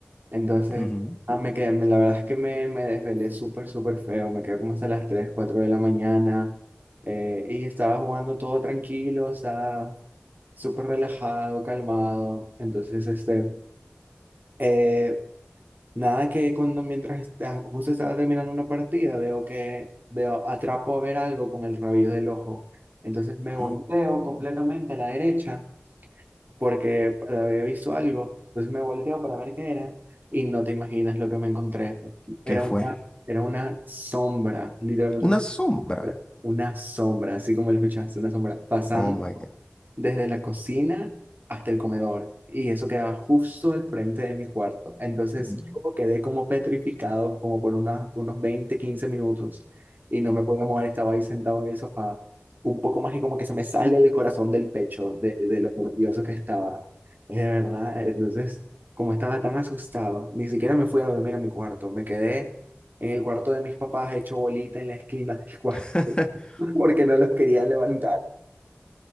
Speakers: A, on the right; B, on the left.
A: entonces
B: Ujú.
A: ah, me quedé, me- la verdad es que me, me desvelé súper, súper feo, me quedé como hasta las 3, 4 de la mañana eh, y estaba jugando todo tranquilo, o sea, súper relajado, calmado, entonces este... Eh, Nada que cuando mientras está- justo estaba terminando una partida, veo que veo, atrapo a ver algo con el rabillo del ojo. Entonces me
B: Ajá.
A: volteo completamente a la derecha porque había visto algo. Entonces me volteo para ver qué era y no te imaginas lo que me encontré.
B: ¿Qué
A: Era
B: fue?
A: una, era una sombra, literalmente una
B: Una sombra.
A: sombra, una sombra, así como lo escuchaste, una sombra pasando
B: Oh my God.
A: desde la cocina hasta el comedor y eso quedaba justo al frente de mi cuarto. Entonces
B: Ujú.
A: yo quedé como petrificado como por unas- unos 20 15 minutos y no me podía mover, estaba ahí sentado en el sofá, un poco más y como que se me sale el corazón del pecho de, de lo nervioso que estaba. Es de verdad, entonces como estaba tan asustado, ni siquiera me fui a dormir a mi cuarto, me quedé en el cuarto de mis papás hecho bolita en la esquina del cuarto
B: <laughs>
A: <laughs> porque no los quería levantar.